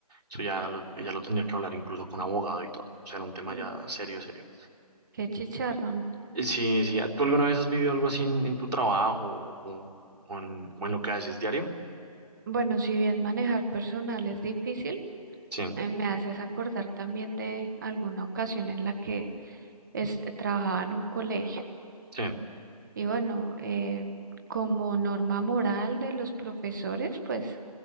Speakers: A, on the right; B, on the right.
A: Eso ya lo, ella lo tendría que hablar incluso con abogado y todo. O sea, era un tema
B: Mm,
A: ya serio, serio.
B: qué chicharrón.
A: Eh, Sí, sí. ¿Tú alguna vez has vivido algo así en, en tu trabajo o, o en, o en lo que haces diario?
B: Bueno, si bien manejar personal es difícil,
A: Sí,
B: eh, me haces acordar también de alguna ocasión en la que es- trabajaba en un colegio.
A: sí,
B: Y bueno, eh, como norma moral de los profesores, pues